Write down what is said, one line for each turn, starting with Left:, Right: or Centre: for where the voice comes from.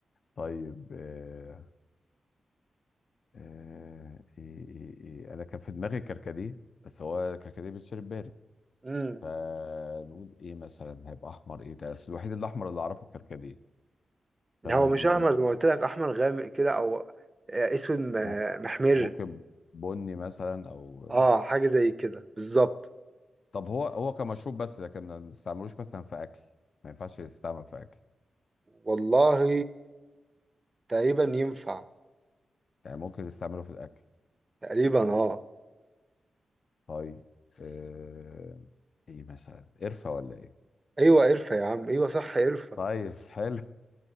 Left: طيب آه آه إيه إيه إيه أنا كان في دماغي كركديه بس هو كركديه بيتشرب بارد
Right: امم
Left: فنقول إيه مثلا هيبقى أحمر إيه ده أصل الوحيد الأحمر اللي أعرفه الكركديه
Right: لا
Left: فأنا
Right: هو مش
Left: م-
Right: احمر زي ما قلت لك احمر غامق كده او آه، اسود م-
Left: ممكن
Right: محمر
Left: ممكن بني مثلا أو
Right: اه حاجه زي كده بالظبط
Left: طب هو هو كمشروب بس لكن ما نستعملوش مثلا في أكل ما ينفعش يستعمل في أكل
Right: والله تقريبا ينفع
Left: يعني ممكن نستعمله في الأكل
Right: تقريبا اه
Left: طيب آه إيه مثلا قرفة ولا إيه؟
Right: ايوه قرفه يا عم ايوه صح قرفه
Left: طيب حلو <laughs>